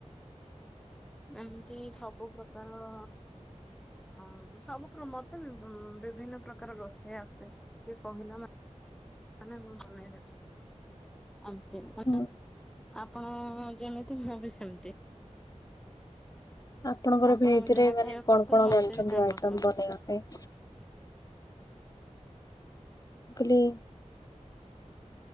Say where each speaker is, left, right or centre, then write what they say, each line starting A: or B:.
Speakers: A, in the centre; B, on the left.
A: ଏମିତି ସବୁ ପ୍ରକାର ଆଉ ସବୁ ପୃ ମୋତେ ବୁଁ ବିଭିନ୍ନ ପ୍ରକାର ରୋଷେଇ ଆସେ। ଯିଏ କହିଲା ମା ମାନେ ମୁଁ ବନେଇ ଦେବି। ଏମତି ମାନେ
B: ହୁଁ
A: ଆପଣ ଯେମିତି ମୁଁ ବି ସେମିତି।
B: ଆପଣଙ୍କର
A: ଆପଣଙ୍କୁ
B: ଭେଜ୍
A: ଯାହା
B: ରେ
A: ଖାଇବା
B: ମାନେ କଣ
A: ପସନ୍ଦ
B: କଣ
A: ମତେ
B: ଜାଣଛନ୍ତି
A: ବି ତାହା
B: ଆଇଟମ
A: ପସନ୍ଦ
B: ବନେଇବା ପାଇଁ? ଖାଲି